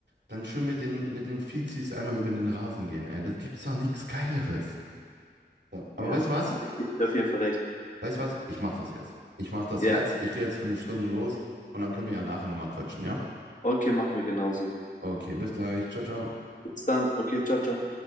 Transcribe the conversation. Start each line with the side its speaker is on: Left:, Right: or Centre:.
Right: dann schön mit den, mit den Fizis einmal über den Rasen gehen. Ey, das gibt's doch nichts Geileres. Ja. Aber
Left: ja.
Right: weißt du was?
Left: Ich gebe dir auf jeden Fall recht.
Right: Weißt du was? Ich mache das jetzt. Ich mache das
Left: Ja,
Right: jetzt. Ich gehe jetzt für eine Stunde los und dann können wir ja nachher nochmal quatschen, ja?
Left: okay, machen wir genauso.
Right: Okay, bis gleich. Ciao, ciao.
Left: Bis dann. Okay, ciao, ciao.